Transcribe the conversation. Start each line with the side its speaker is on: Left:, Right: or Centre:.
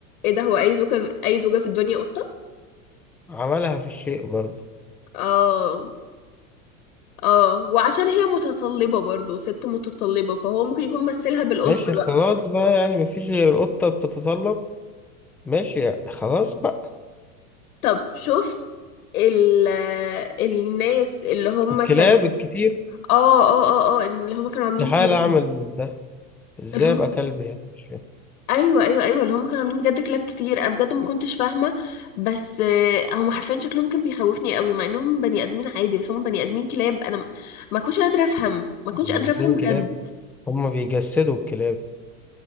Left: ايه ده هو اي زوجة اي زوجة في الدنيا قطة
Centre: عملها في الشيء برضو
Left: اه اه وعشان هي متطلبة برضو ست متطلبة فهو ممكن يكون مثلها بالقطة
Centre: ماشي
Left: بقى
Centre: خلاص بقى يعني مفيش غير القطة بتتطلب ماشي يعني خلاص بقى
Left: طب شفت ال الناس اللي هم
Centre: الكلاب
Left: كانوا
Centre: الكتير
Left: اه اه اه اه اللي هم كانوا
Centre: استحالة
Left: عاملين كلاب
Centre: اعمل ده ازاي
Left: اللي هم
Centre: ابقى كلب يعني مش فاهم.
Left: ايوه ايوه ايوه اللي هم كانوا عاملين بجد كلاب كتير انا بجد ما كنتش فاهمه بس آه، هم حرفيا شكلهم كان بيخوفني قوي مع انهم بني ادمين عادي بس هم بني ادمين كلاب انا م- ما كنتش قادره افهم ما كنتش
Centre: يعني
Left: قادره
Centre: اتنين
Left: افهم بجد
Centre: كلاب هما بيجسدوا الكلاب